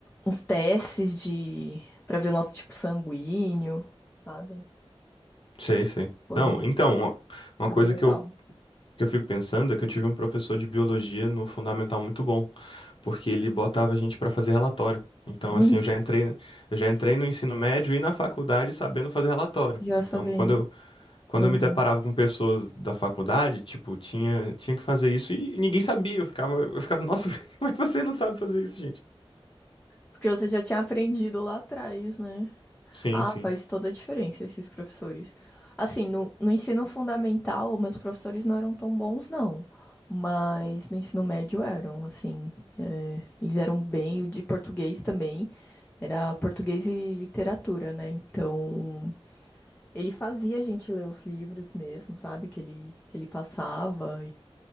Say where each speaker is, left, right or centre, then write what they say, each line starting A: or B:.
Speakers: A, on the left; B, on the left.
A: uns testes de para ver o nosso tipo sanguíneo, sabe?
B: sei, sei.
A: Foi,
B: Não, então, uma uma
A: foi
B: coisa
A: bem legal.
B: que eu, que eu fico pensando é que eu tive um professor de biologia no fundamental muito bom, porque ele botava a gente pra fazer relatório. Então,
A: Uhum.
B: assim, eu já entrei, eu já entrei no ensino médio e na faculdade sabendo fazer relatório.
A: Já
B: Então,
A: sabendo.
B: quando quando
A: Uhum.
B: eu me deparava com pessoas da faculdade, tipo, tinha, tinha que fazer isso e ninguém sabia. Eu ficava, eu ficava, nossa, <laughs> como é que você não sabe fazer isso, gente?
A: Porque você já tinha aprendido lá atrás, né?
B: Sim,
A: Ah,
B: sim.
A: faz toda a diferença esses professores. Assim, no, no ensino fundamental, meus professores não eram tão bons, não. Mas no ensino médio eram, assim. é, eles eram bem, o de português também. Era português e literatura, né? Então, ele fazia a gente ler os livros mesmo, sabe? Que ele, que ele passava